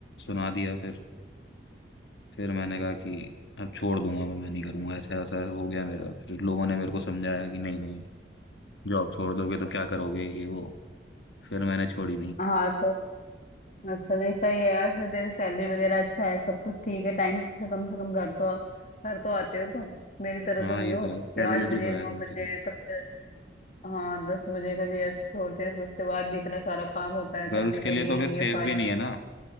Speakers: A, on the left (about 80°); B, on the left (about 45°).
A: सुना दिया फिर फिर मैंने कहा कि अब छोड़ दूंगा मैं मैं नहीं करूंगा ऐसा ऐसा हो गया मेरा फिर लोगों ने मेरे को समझाया कि नहीं नहीं जॉब छोड़ दोगे तो क्या करोगे ये वो फिर मैंने छोड़ी नहीं
B: हाँ तो अच्छा नहीं सही है यार फिर तेरी सैलरी वगैरह अच्छा है सब कुछ ठीक है टाइम से कम से कम घर तो घर तो आते हो तुम मेरी तरह
A: हाँ
B: तो नहीं
A: ये
B: हो
A: तो
B: कि
A: है स्टेबिलिटी
B: आठ बजे
A: तो है
B: नौ
A: कम
B: बजे
A: से कम
B: कभी दस हाँ दस बजे कभी ऐसे छोड़ते हैं फिर उसके बाद भी इतना सारा काम होता है
A: गर्ल्स
B: करने के
A: के लिए
B: लिए
A: तो फिर सेफ
B: ये फाइल
A: भी नहीं है ना